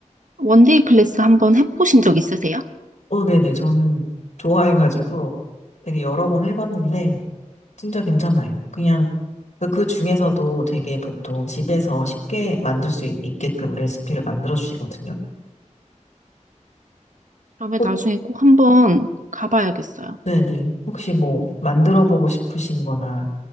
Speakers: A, on the right (about 80°); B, on the left (about 65°).
A: 원데이 클래스 한번 해보신 적 있으세요?
B: 어, 네네. 저는 좋아해가지고 되게 여러 번 해봤는데, 진짜 괜찮아요. 그냥 그, 그 중에서도 되게 보통 집에서 쉽게 만들 수 있, 있게끔 레시피를 만들어 주시거든요.
A: 그러면
B: 혹-
A: 나중에 꼭 한번 가봐야겠어요.
B: 네네. 혹시 뭐 만들어 보고 싶으신 거나